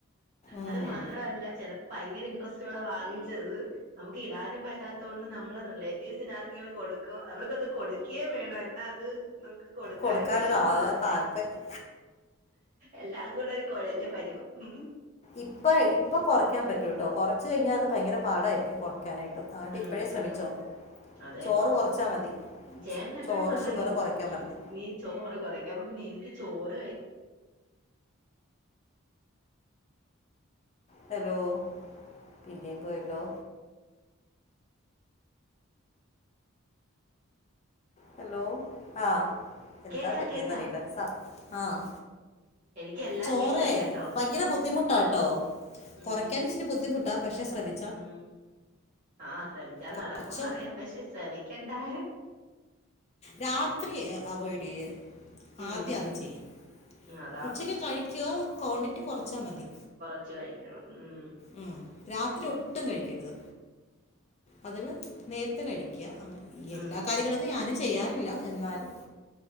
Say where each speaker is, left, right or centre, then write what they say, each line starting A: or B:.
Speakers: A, on the left (about 30°); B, on the right (about 35°).
A: ഉം.
B: അത് മാത്ര അല്ല ചെലപ്പൊ പയങ്കര ഇൻട്രസ്റ്റോടെ വാങ്ങിച്ചത് നമക്ക് ഇടാനും പറ്റാത്തോണ്ട് നമ്മള റിലേറ്റീവ്സിന് ആർക്കേലും കൊടുക്കൊ അവർക്കത് കൊട്ക്കെ വേണം എന്നാ അത് നമുക്ക് കൊട്ക്കാനും
A: കൊടുക്കാനൊരു
B: വെഷമാ
A: ആ- താല്പര്യം
B: എല്ലാം കൂടൊര് കൊഴഞ്ഞ പരുവം ഉം
A: ഇപ്പ ഇപ്പൊ കൊറയ്ക്കാൻ പറ്റൂട്ടൊ കൊറ്ച്ച് കഴിഞ്ഞാ അത് ഭയങ്കര പാടായിരിക്കും കൊറയ്ക്കാനായിട്ട് ആട്ട്
B: ഉം
A: ഇപ്പഴേ ശ്രമിച്ചൊ
B: ഉം അതെ
A: ചോറ് കൊറ്ച്ചാ മതി
B: ചേട്ടൻ എപ്പഴും
A: ചോറ്
B: പറയും
A: ഷുഗറ് കൊറയ്ക്കാൻ പർഞ്ഞ്
B: നീ ചോറ് കറിയൊക്കെ അപ്പ പിന്ന എനിക്ക് ചോറ് കഴി
A: ഹലോ പിന്നേം പോയല്ലോ? ഹലോ ആഹ് എന്താ
B: കേക്കാം
A: പറ്റിയെന്ന്
B: കേക്കാം
A: അറിയില്ല സാ ആഹ്
B: എനിക്കെല്ലാം
A: ചോറ്
B: കേക്കാം കേട്ടോ
A: ഭയങ്കര ബുദ്ധിമുട്ടാട്ടോ?
B: ഉം
A: കൊറക്കൻ ഇച്ചിരി ബുദ്ധിമുട്ടാ പക്ഷെ ശ്രമി
B: ഉം ആഹ് ശ്രമിച്ചാ
A: കുറച്ചോ
B: നടക്കും ന്നറിയാം പക്ഷെ ശ്രമിക്കണ്ടായോ
A: രാത്രി അവോയ്ഡെയ്യ്
B: ഉം
A: ആദ്യം അത് ചെയ്യ്
B: അതാ
A: ഉച്ചക്ക് കഴിക്കോ ക്വാണ്ടിറ്റി കൊറച്ചാ മതി
B: ച്ച് കഴിക്കണം ഉം
A: ഉം രാത്രി ഒട്ടും കഴിക്കരുത് അതിന് നേര്ത്തെ കഴി ക്ക്യാ അങ്ങനെ എല്ലാ
B: ഉം
A: കാര്യങ്ങളൊന്നും ഞാനും ചെയ്യാറില്ല എന്നാലും